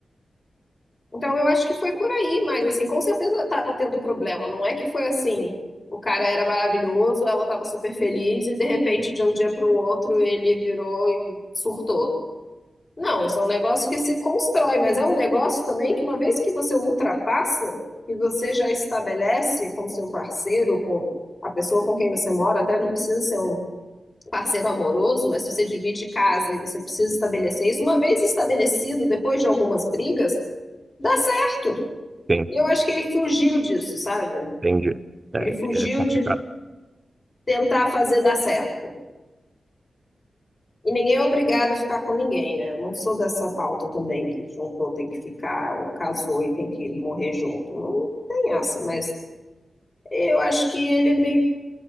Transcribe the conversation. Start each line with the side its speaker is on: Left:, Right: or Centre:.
Left: Então, eu acho que foi por aí, mas assim, com certeza estava tendo problema. Não é que foi assim, o cara era maravilhoso, ela estava super feliz e de repente, de um dia para o outro, ele virou e surtou. Não, isso é um negócio que se constrói, mas é um negócio também que uma vez que você ultrapassa, que você já estabelece com seu parceiro, com a pessoa com quem você mora, até não precisa ser um parceiro amoroso, mas se você divide casa e você precisa estabelecer isso, uma vez estabelecido, depois de algumas brigas, dá certo.
Right: sim,
Left: E eu acho que ele fugiu disso, sabe?
Right: entendi. É,
Left: Ele fugiu
Right: é complicado.
Left: de tentar fazer dar certo. E ninguém é obrigado a ficar com ninguém, né? Eu não sou dessa pauta também, que juntou tem que ficar, ou casou e tem que morrer junto. Não tem essa, mas eu acho que ele meio que